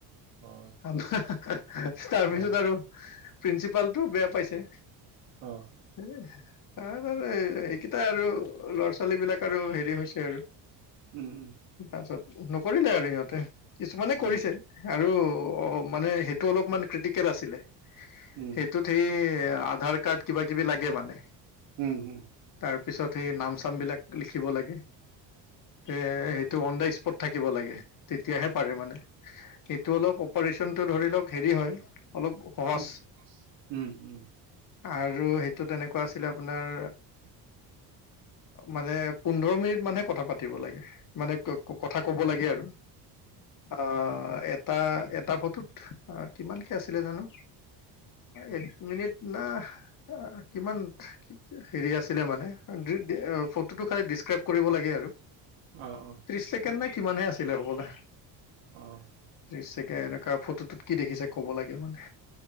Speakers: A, on the right; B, on the left.
A: অ
B: তাৰপিছত
A: অ
B: আৰু প্ৰিঞ্চীপালটোও বেয়া পাইছে
A: অ
B: তাৰ এইকেইটা আৰু ল'ৰা ছোৱালী বিলাক আৰু হেৰি হৈছে আৰু
A: উম উম
B: তাৰপিছত নকৰিলে আৰু সিহঁতে কিছুমানে
A: অ
B: কৰিছে আৰু অ মানে সেইটো অলপমান ক্ৰিটিকেল আছিলে
A: উম
B: সেইটোত সেই আধাৰ কাৰ্ড কিবা কিবি লাগে মানে
A: উম হম
B: তাৰপিছত সেই নাম চামবিলাক লিখিব লাগে এ সেইটো অন দা স্পট থাকিব লাগে তেতিয়াহে পাৰে মানে সেইটো অলপ অপাৰেচন টো ধৰি লওক হেৰি হয় অলপ সহজ
A: উম উম উম
B: আৰু সেইটো তেনেকুৱা আছিলে আপোনাৰ মানে আহ পোন্ধৰ মিনিট মানহে কথা পাতিব লাগে মানে ক কথা ক'ব লাগে আৰু অ এ এটা এটা ফটোত কিমানকে আছিলে জানো এক মিনিট না কিমান হেৰি আছিলে মানে ফটো টো খালি দিচ স্ক্ৰেপ কৰিব লাগে আৰু
A: অ অ
B: ত্ৰিশ ছেকেণ্ড নে কিমানহে আছিলে হ'বলে
A: অ
B: পিছে এনেকুৱা ফটো টোত কি দেখিছে ক'ব লাগে মানে